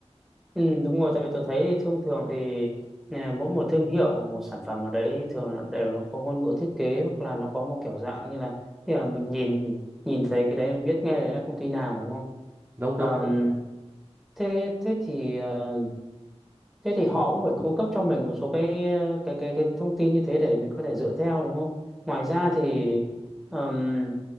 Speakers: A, in the centre; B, on the right (about 20°).
A: Ừ, đúng rồi, tại vì tôi thấy thông thường thì à, mỗi một thương hiệu, một sản phẩm nào đấy thường là đều nó có ngôn ngữ thiết kế hoặc là nó có một kiểu dạng như là khi mà mình nhìn nhìn thấy cái đấy mình biết ngay là công ty nào đúng không?
B: đúng
A: Ờm,
B: đúng đúng
A: thế thế thì ờ, thế thì họ cũng phải cung cấp cho mình một số cái ờ, cái cái cái thông tin như thế để mình có thể dựa theo đúng không? Ngoài ra thì ờm,